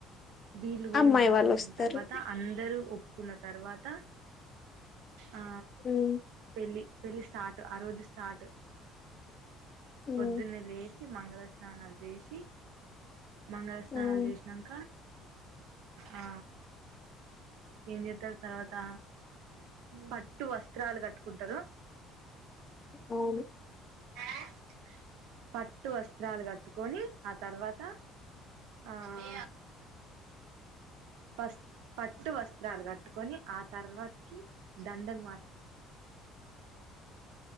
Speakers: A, on the right; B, on the left.
A: వీల్లు పోయి
B: అమ్మాయి
A: మాట్లాడిన
B: వాళ్ళు వస్తారు
A: తర్వాత అందరు ఒప్పుకున్న తర్వాత ఆ
B: ఉమ్
A: పెళ్ళి పెళ్ళి స్టార్ట్ ఆ రోజు స్టార్ట్
B: ఉమ్
A: పొద్దున్నే లేచి మంగళస్నానాలు చేసి మంగళ స్నానాలు
B: అవును
A: చేసినాక ఆ ఏం చేత్తారు తర్వాత పట్టు వస్త్రాలు కట్టుకుంటరు.
B: అవును
A: <inaudible> పట్టు వస్త్రాలు కట్టుకొని ఆ తర్వాత ఆ <inaudible> పస్ పట్టు వస్త్రాలు కట్టుకొని ఆ తర్వాత కి దండలు మార్